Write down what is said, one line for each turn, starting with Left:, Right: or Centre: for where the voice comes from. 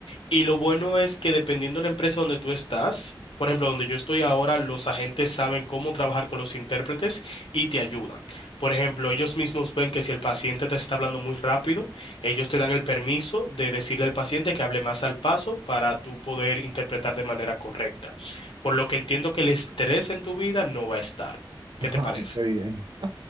Left: y lo bueno es que dependiendo de la empresa donde tú estás, por ejemplo, donde yo estoy ahora, los agentes saben cómo trabajar con los intérpretes y te ayudan. Por ejemplo, ellos mismos ven que si el paciente te está hablando muy rápido, ellos te dan el permiso de decirle al paciente que hable más al paso para tú poder interpretar de manera correcta. Por lo que entiendo que el estrés en tu vida no va a estar.
Right: <laughs>
Left: ¿Qué
Right: Ay,
Left: te parece?
Right: qué bien.